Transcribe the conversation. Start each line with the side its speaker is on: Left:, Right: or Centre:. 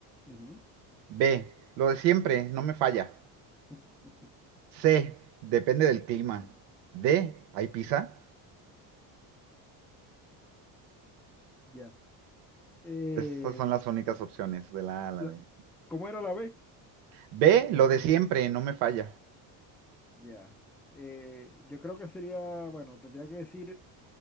Centre: Ujú.
Right: B, lo de siempre, no me falla.
Centre: <laughs>
Right: C, depende del clima. D, ¿hay pizza?
Centre: Ya. Eh,
Right: Esas son las únicas opciones de la A a la
Centre: la-
Right: D.
Centre: ¿cómo era la B?
Right: B, lo de siempre, no me falla.
Centre: Ya. Eh, yo creo que sería, bueno, tendría que decir,